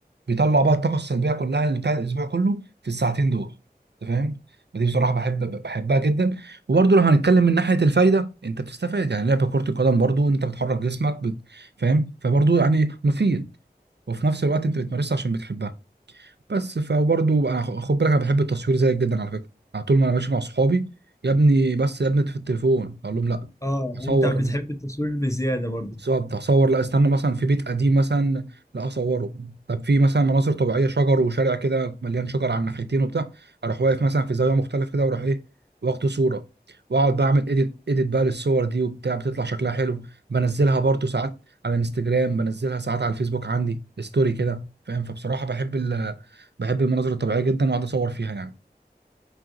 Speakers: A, on the right (about 90°); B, on the left (about 15°).
A: بيطلع بقى الطاقه السلبيه كلها اللي بتاع الاسبوع كله في الساعتين دول انت فاهم فدي بصراحه بحب بحبها جدا وبرضه لو هنتكلم من ناحيه الفايده انت بتستفاد يعني لعب كره القدم برضه انت بتحرك جسمك بت- فاهم فبرضه يعني مفيد وفي نفس الوقت انت بتمارسها عشان بتحبها بس فبرضه بقى- خد بالك انا بحب التصوير زيك جدا على فكره على طول ما انا ماشي مع صحابي يا ابني بس يا ابني في التليفون اقول لهم لا
B: اه
A: اصور
B: انت بتحب التصوير بزياده برضه
A: بالظبط هصور لا استنى مثلا في بيت قديم مثلا لا اصوره طب في مثلا مناظر طبيعيه شجر وشارع كده مليان شجر على الناحيتين وبتاع اروح واقف مثلا في زاويه مختلف كده واروح ايه واخد صوره واقعد بعمل اديت اديت بقى للصور دي وبتاع بتطلع شكلها حلو بنزلها برضو ساعات على الانستجرام بنزلها ساعات على الفيسبوك عندي ستوري كده فاهم فبصراحه بحب ال... بحب المناظر الطبيعيه جدا واقعد اصور فيها يعني